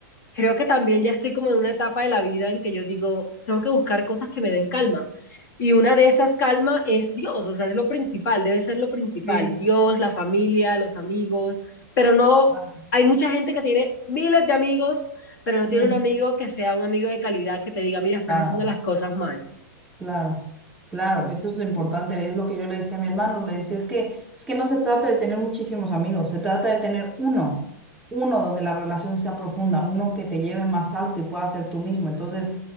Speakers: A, on the left; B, in the centre.
A: creo que también ya estoy como en una etapa de la vida en que yo digo, tengo que buscar cosas que me den calma. Y una de esas calma es Dios, o sea, es lo principal, debe ser lo principal.
B: Sí.
A: Dios, la familia, los amigos, pero no
B: Vale.
A: hay mucha gente que tiene miles de amigos, pero no
B: Ujú.
A: tiene un amigo que sea un amigo de calidad que te diga, mira, estás
B: claro.
A: haciendo las cosas mal.
B: Claro, claro, eso es lo importante, es lo que yo le decía a mi hermano, le decía, es que, es que no se trata de tener muchísimos amigos, se trata de tener uno, uno donde la relación sea profunda, uno que te lleve más alto y pueda ser tú mismo, entonces